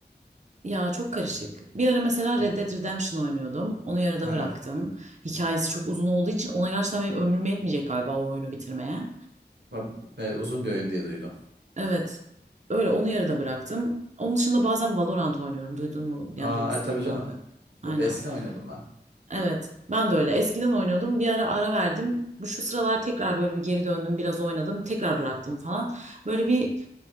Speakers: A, on the right; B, on the right.
A: Ya çok karışık. Bir ara mesela
B: Hı.
A: Red Dead Redemption oynuyordum. Onu yarıda
B: Evet.
A: bıraktım. Hikayesi çok uzun olduğu için ona gerçekten benim ömrüm yetmeyecek galiba o oyunu bitirmeye.
B: Ba- e, uzun bir oyun diye duydum.
A: Evet. Öyle onu yarıda bıraktım. Onun dışında bazen Valorant oynuyorum. Duydun mu? Yani
B: Aa
A: duymuşsundur
B: e, tabii
A: muhakkak.
B: canım.
A: Aynen.
B: E, Eskiden oynuyordum ben.
A: Evet. Ben de öyle. Eskiden oynuyordum. Bir ara ara verdim. Bu şu sıralar tekrar böyle bir geri döndüm. Biraz oynadım. Tekrar bıraktım falan. Böyle bir